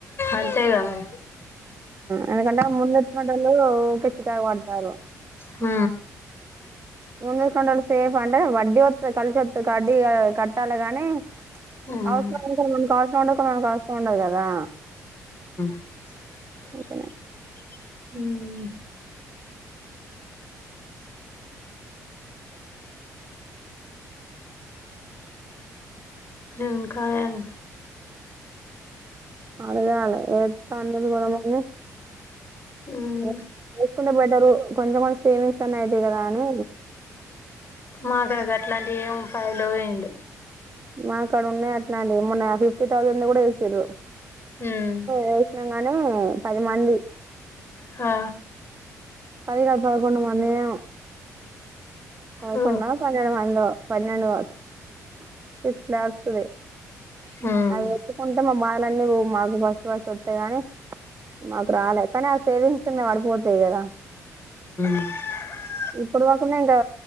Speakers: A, on the left; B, on the right.
A: అంతేగా మరి
B: ఎందుకంటే ముందెచ్చినటొ <unintelligible> లు కచ్చిట పడతారు
A: హ
B: ముందుతీసుకుండేవాళ్ళు సేఫ్ అంటే వడ్డీ వస్తది కలిసి వత్తది వడ్డీ కట్టాలి గాని ఉ
A: ఉమ్
B: అవసరం ఉంటుంది మనకు అవసరం ఉండక మనకు అవసరం ఉండదు కదా
A: <inaudible>
B: అందుకనే
A: ఉమ్ ఇంకా ఏం
B: అదగాళ ఏదన్నది కులమంది
A: ఉమ్
B: <unintelligible> లేకుండా బెటరు కొంచెం కొంచెం సేవింగ్స్ అన్న అయితాయి కదా అని
A: మాకడ గట్లాంటివి ఏ ఉపాయలు ఎమ్లేవ్
B: మా అక్కడ ఉన్నాయి అట్లా అండి మొన్న ఫిఫ్టీ థౌజండ్ కూడా వేసిండ్రు
A: ఉమ్
B: వేస్తె గాని పది మంది
A: హా
B: పది కాదు పదకొండు మందిమేమో పదకుండా
A: ఓ
B: పన్నెండు మందిలో పన్నెండు కావచ్చు సిక్స్ లాక్స్ అది
A: ఉమ్
B: అవి ఎత్తుకుంటా మా బాలు అన్నీ మాకు ఫస్ట్ ఫస్ట్ వస్తాయి గాని మాకు రాలే కానీ ఆ సేవింగ్స్ అ పడిపోతాయి గదా
A: <inaudible>
B: ఇప్పుడు కాకుండా ఇంకా